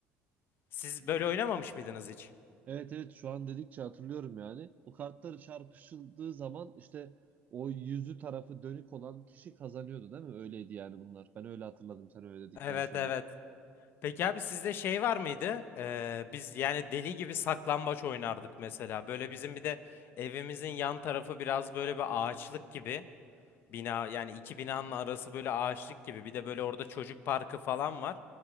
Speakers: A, on the left; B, on the right.
A: Siz
B: Hmm.
A: böyle oynamamış mıydınız hiç?
B: Evet evet şu an dedikçe hatırlıyorum yani. O kartları çarpışıldığı zaman işte o yüzü tarafı dönük olan kişi kazanıyordu değil mi? Öyleydi yani bunlar. Ben öyle hatırladım sen öyle dedikten
A: Evet
B: sonra.
A: evet. Peki abi sizde şey var mıydı? Ee, biz yani deli gibi saklambaç oynardık mesela. Böyle bizim bir de evimizin yan tarafı biraz böyle bir ağaçlık gibi. Bina yani iki binanın arası böyle ağaçlık gibi. Bir de böyle orada çocuk parkı falan var.